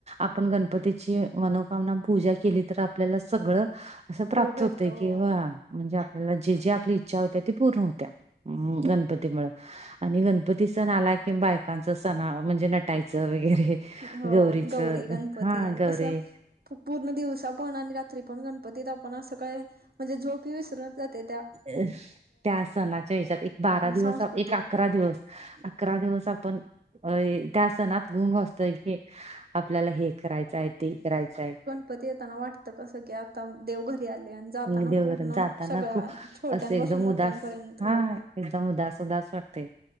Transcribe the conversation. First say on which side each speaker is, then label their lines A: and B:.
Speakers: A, on the right (about 40°); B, on the right (about 60°).
A: आपण गणपतीची मनोभावना पूजा केली. तर आपल्याला सगळं असं प्राप्त
B: फळ भेटतो
A: होत किंवा,
B: हो
A: म्हणजे, आपल्याला जे जे आपली इच्छा होत्या. ती पूर्ण होत्या गणपती मुळं. आणि गणपती सण आला की, बायकांचा सण म्हणजे नटायचं वगैरे.
B: हो.
A: गौरीचं
B: गौरी गणपती
A: हा
B: आणि
A: गौरी
B: कसं, पूर्ण दिवसा पण आणि रात्री पण, गणपतीत आपण असं काय म्हणजे झोप हे विसरून जातेय.
A: अं.. त्या सणाच्या विचा, एक बारा दिवस
B: सांस्कृतिक
A: एक अकरा दिवस. अकरा दिवस आपण अ- त्या सणात गुण वाचतोय की, आपल्याला हे करायचं, आहे ते करायचंय.
B: पण येताना वाटत कसं की, आता देवघरी आले. आण जाताना
A: मग देवघरात
B: पूर्ण
A: जाताना
B: सगळ्या,
A: खूप
B: छोट्यांनपासून
A: असं एकदम
B: मोठ्यांनपर्यंत
A: उदास हा
B: हो.
A: एकदम उदास उदास वाटते.